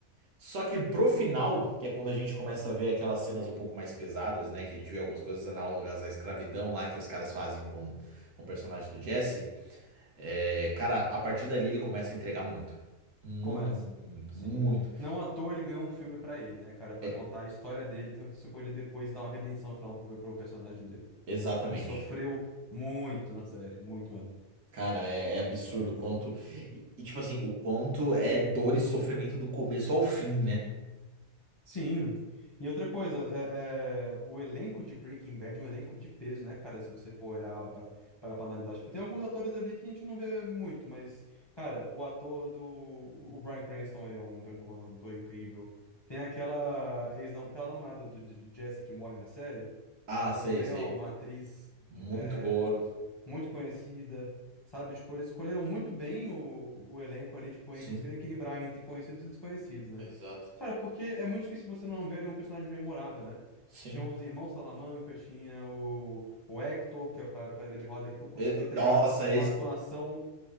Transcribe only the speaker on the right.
Só que pro final, que é quando a gente começa a ver aquelas cenas um pouco mais pesadas, né? Que a gente vê algumas coisas análogas à escravidão lá que os caras fazem com, com o personagem do Jesse. é, cara, a partir dali ele começa a entregar muito. Muito,
muito, muito,
muito.
É,
exatamente.
Cara, é, é absurdo o quanto. E, e, tipo assim, o quanto é dor e sofrimento do começo ao fim, né?
Ah,
sei,
sei.
Muito
boa.
Sim.
Exato.
Sim.
É,
Nossa,
esse.